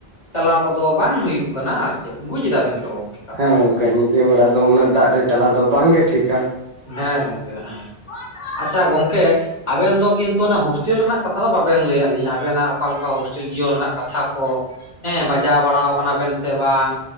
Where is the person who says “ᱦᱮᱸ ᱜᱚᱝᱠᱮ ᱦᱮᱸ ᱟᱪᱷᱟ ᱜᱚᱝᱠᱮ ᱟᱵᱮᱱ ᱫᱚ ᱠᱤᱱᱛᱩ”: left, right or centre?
Left